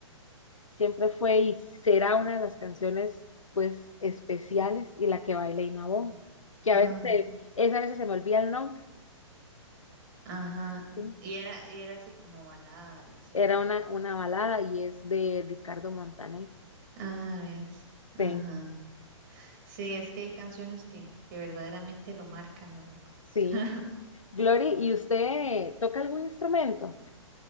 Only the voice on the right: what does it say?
mm,
ajá.
Y era, y era así como balada y así.
Ah, ves. Ajá.
Sí, es que hay canciones que, que verdaderamente lo marcan a uno.
<laughs>